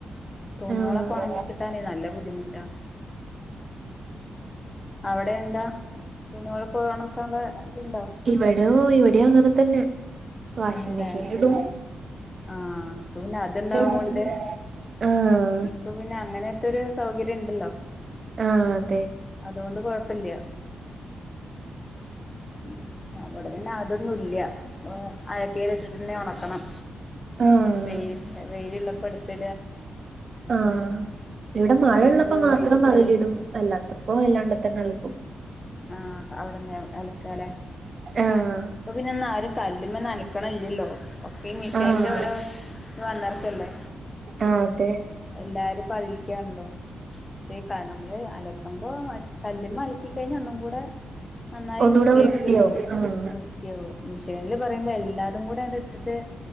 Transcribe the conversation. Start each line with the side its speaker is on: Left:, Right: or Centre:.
Left: തുണിയോളൊക്കെ
Right: ആഹ്
Left: ഒണങ്ങി കിട്ടാനെ നല്ല ബുദ്ധിമുട്ടാ. അവിടെ എന്താ തുണിയോളൊക്കെ ഒണക്കാള്ളെ ഇതുണ്ടോ?
Right: ഇവിടോ ഇവിടെം അങ്ങനെ തന്നെ വാഷിങ്
Left: ആണല്ലേ
Right: മെഷീനിലിടും.
Left: ആഹ് ഇപ്പൊ പിന്നെ അതുണ്ടാവോണ്ട്
Right: <inaudible> ആഹ്
Left: ഇപ്പൊ പിന്നെ അങ്ങനെത്തൊരു സൗകര്യം ഇണ്ടല്ലോ.
Right: ആഹ് അതെ
Left: അതോണ്ട് കൊഴപ്പല്ല. ഉം അവടെ പിന്നെ അതൊന്നും ഇല്ല അപ്പോ അയക്കേലിട്ടിട്ട് തന്നെ ഒണക്കണം
Right: ആഹ്
Left: വെയ് വെയിലിള്ളപ്പോൾ ഇട്ത്ത്ട
Right: ആഹ് ഇവടെ മഴള്ളപ്പോ
Left: വെയില് പോയി
Right: മാത്രം. ന്നൊയലിടും അല്ലാത്തപ്പോ അല്ലാണ്ടത്തന്നെ അലക്കും.
Left: ആഹ് അവിടന്ന് അലക്കാലെ.
Right: ആഹ്
Left: ഇപ്പൊ പിന്നൊന്നും ആരും കല്ലുമ്മന്നും അലക്കണില്ലല്ലോ ഒക്കെ ഈ മിഷേന്റെ
Right: ആഹ്
Left: ഓരോ വന്നേർക്കല്ലേ
Right: ആഹ് അതെ
Left: എല്ലാരും പ്പോ അതിൽക്കാണല്ലോ ശേ ക നമ്മള് അലക്കുമ്പോ മറ്റേ കല്ലുമ്മെ അല കഴഞ്ഞ ഒന്നുകൂടെ നന്നായി
Right: ഒന്നൂടെ
Left: വൃത്തിയായിട്ട്
Right: വൃത്തിയാവും
Left: കിട്ടും
Right: ആഹ്
Left: വൃ ത്തിയോ മിഷേനില് പറയുമ്പോ എല്ലാതും കൂടെ അങ്ങട്ട് ഇട്ടിട്ട്